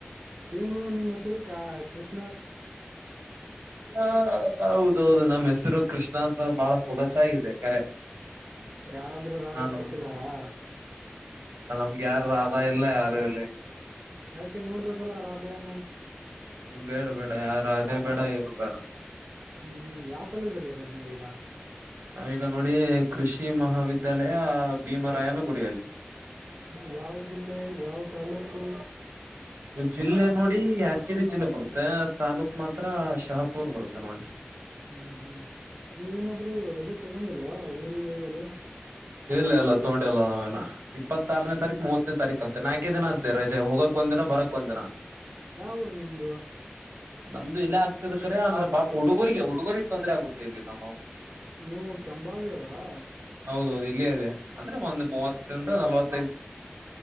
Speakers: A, on the right (about 50°); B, on the right (about 75°).
A: ಏನು ನಿನ್ನೆಸರು ಕ ಕೃಷ್
B: ಹ ಹೌದೌದು ನಮ್ಮ್ ಹೆಸರು ಕೃಷ್ಣ ಅಂತ ಬಹಳ ಸೊಗಸಾಗಿದೆ ಕರೆ.
A: ಯಾರಾದ್ರೂ ರಾಧ
B: ನಾನು
A: ಸಿಕ್ಕಿದಾರಾ?
B: ಮ್ಗೆ ಯಾರು ರಧಾ ಇಲ್ಲ ಯಾರು ಇಲ್ಲಿ.
A: ಆಕೆ ನೋಡ್ಬೇಕಲ್ಲಾ ರಾಬೇಯನ್ನು.
B: ಬೇಡ ಬೇಡಾ ಯಾರ ರಾಧೇ ಬೇಡಾ ಎರು ಬೇಡಾ.
A: ಹ್ಮ ಹ್ಮ್ ಯಾವ ಕ್ವಾಲೇಜ ಅಲ್ಲಿ ಇರೋದ ನೀವ್ ಇಗಾ.
B: ನಾವೀಗ ನೋಡಿ ಕೃಷಿ ಮಹಾವಿದ್ಯಾಲಯಾ ಭೀಮರಾಯನು ಗುತ್.
A: ಹ್ಮ ಯಾವ್ ಜಿಲ್ಲೆ ಯಾವ. ತಾಲೂಕು.
B: ಜಿಲ್ಲೆ ನೋಡಿ ಯಾದಗಿರಿ ಜಿಲ್ಲೆ ಬರುತ್ತೆ ತಾಲೂಕ್ ಮಾತ್ರಾ ಶಹಾಪುರ್ ಬರುತ್ತೆ ನೋಡಿ.
A: ಅಹ್ಮ್ ಹ್ಮ್ ನೀವ ಏನಾದ್ರು ರಜೆ ತಗೊಂಡಿಲ್ವಾ. ಆ ಊರಿಗ ಹೋಗಲು.
B: ಇಲ್ಲ ಎಲ್ಲಾ ತೊಂಡೆಲ್ಲಾ ನಾವೇನ. ಣ್ಹಾ ಟಿಪ್. ಇಪ್ಪತ್ತಾರನೇ ತಾರಿಕ್ ಮೂವತ್ತನೇ ತಾರಿಕ ಅಂತೆ ನಾ. ಕ್ಕೆ ದಿನಾ ಆತ್ತೆ ರಜಾ ಹೋಗಕ್ ಒಂದ ದಿನ ಬರಕ್. ಒಂದಿನ
A: ಯಾವ ಊರ ನಿಮ್ದು.
B: ನಮ್ದು ಇಲ್ಲ್ಯಾದ. ತ್ತಿದ ಕಡೆ ಅಂದ್ರ ಪಾಪ ಹುಡುಗೊರಿಗೆ ಹುಡುಗೊರಿಗೆ ತೊಂದ್ರರೆ ಆಗುತ್ತೆ ಇಲ್ಲಿ ನಮ್ಮವು
A: ನೀವು ಕೆಂಬಾವಿ ಅವರಾ
B: ಹೌದೌದ. ಅಂದ್ರೆ ಒಂದ್ ಮೂವತ್ತಿಂದ ನಲ್ವತ್.